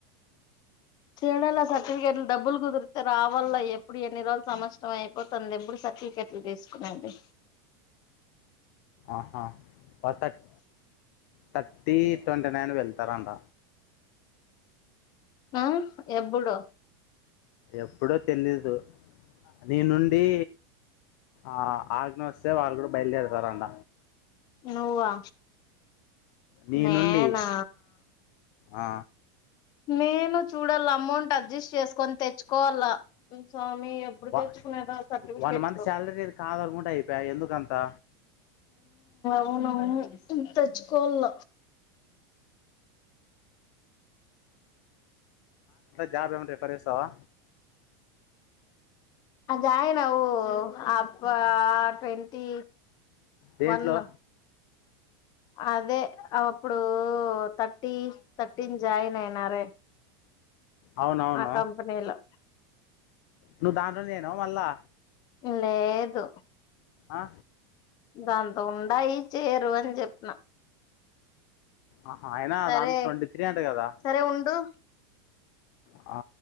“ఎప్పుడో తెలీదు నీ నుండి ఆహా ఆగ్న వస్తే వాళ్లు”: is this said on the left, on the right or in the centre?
Left